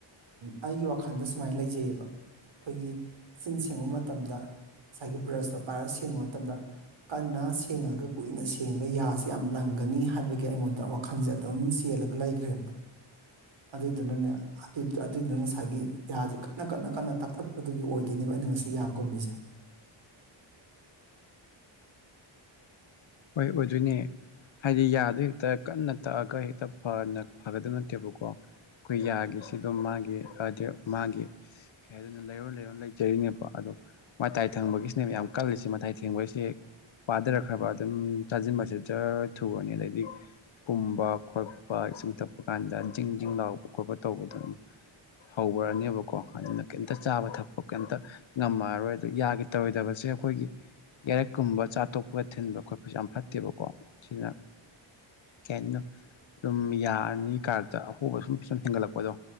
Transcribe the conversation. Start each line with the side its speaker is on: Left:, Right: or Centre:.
Right: ꯑꯩꯒꯤ ꯋꯥꯈꯜꯗ ꯁꯨꯃꯥꯏꯅ ꯂꯩꯖꯩꯑꯕ ꯑꯩꯈꯣꯏꯒꯤ ꯆꯤꯟ ꯁꯦꯡꯕ ꯃꯇꯝꯗ ꯉꯁꯥꯏꯒꯤ ꯕ꯭ꯔꯁꯇꯣ ꯄꯥꯏꯔꯒ ꯁꯦꯡꯕ ꯃꯇꯝꯗ ꯀꯟꯅ ꯁꯦꯡꯉꯒ ꯀꯨꯏꯅ ꯁꯦꯡꯉꯒ ꯌꯥꯁꯀ ꯌꯥꯝ ꯂꯪꯒꯅꯤ ꯍꯥꯏꯕꯒꯤ ꯑꯩꯉꯣꯟꯗ ꯋꯥꯈꯜꯁꯦ ꯑꯗꯨꯝ ꯆꯦꯜꯂꯤ ꯂꯒ ꯂꯩꯈ꯭ꯔꯦꯕ ꯑꯗꯨꯗꯨꯅꯅꯦ ꯑꯗꯨꯗꯨꯅ ꯉꯁꯥꯏꯒꯤ ꯌꯥꯖꯦ ꯀꯟꯅ ꯀꯟꯅ ꯀꯟꯅ ꯇꯥꯛꯊꯠꯄꯗꯨꯒꯤ ꯑꯣꯏꯗꯣꯏꯅꯦꯕ ꯑꯩꯅ ꯉꯁꯤ ꯌꯥ ꯀꯨꯝꯃꯤꯁꯦ
Left: ꯍꯣꯏ ꯑꯣꯏꯗꯣꯏꯅꯦ ꯍꯥꯏꯗꯤ ꯌꯥꯗ ꯍꯦꯛꯇ ꯀꯟꯅ ꯇꯛꯑꯒ ꯍꯦꯛꯇ ꯐꯅ ꯐꯒꯗꯕ ꯅꯠꯇꯦꯕꯀꯣ ꯀꯨꯢꯔꯛꯑꯗꯤ ꯁꯥꯗꯣ ꯃꯥꯒꯤ ꯍꯥꯏꯗꯤ ꯃꯥꯒꯤ ꯀꯩ ꯍꯥꯏꯗꯣꯢꯅꯣ ꯂꯩꯔꯣꯟ ꯂꯩꯔꯣꯟ ꯂꯩꯖꯔꯤꯅꯦꯕ ꯑꯗꯣ ꯃꯇꯥꯏ ꯊꯪꯕꯒꯤꯁꯤꯅꯦ ꯌꯥꯝ ꯀꯜꯂꯤꯁꯦ ꯃꯇꯥꯏ ꯊꯦꯡꯕꯁꯦ ꯄꯥꯊꯔꯛꯈ꯭ꯔꯕ ꯑꯗꯨꯝ ꯆꯥꯁꯤꯟꯕꯁꯤꯗ ꯖꯔ ꯊꯨꯨꯔꯅꯤ ꯑꯗꯩꯗꯤ ꯀꯨꯝꯕ ꯈꯣꯠꯄ ꯏꯁꯤꯡ ꯊꯛꯄ ꯀꯥꯟꯗ ꯖꯤꯡ ꯖꯤꯡ ꯂꯥꯎꯄ ꯈꯣꯠꯄ ꯇꯧꯕꯗ ꯑꯗꯨꯝ ꯍꯧꯒ꯭ꯔꯅꯤꯕ ꯀꯣ ꯑꯗꯨꯅ ꯀꯩꯝꯇ ꯆꯥꯕ ꯊꯛꯄ ꯀꯩꯝꯇ ꯉꯝꯃꯔꯔꯣꯏ ꯑꯗꯨ ꯌꯥꯒꯤ ꯇꯧꯔꯣꯏꯗꯕꯁꯦ ꯑꯩꯈꯣꯏꯒꯤ ꯌꯥꯏꯔꯛꯀꯨꯝꯕ ꯆꯥ ꯑꯇꯣꯞꯄꯒ ꯊꯤꯟꯕ ꯈꯣꯠꯄꯖꯦ ꯌꯥꯝ ꯐꯠꯇꯦꯕꯀꯣ ꯁꯤꯅ ꯀꯩꯍꯥꯢꯗꯣꯅꯣ ꯑꯗꯨꯝ ꯌꯥ ꯅꯤ ꯀꯥꯔꯛꯇ ꯑꯍꯣꯕ ꯁꯨꯝ ꯁꯨꯝ ꯍꯦꯟꯒꯠꯂꯛꯄꯗꯣ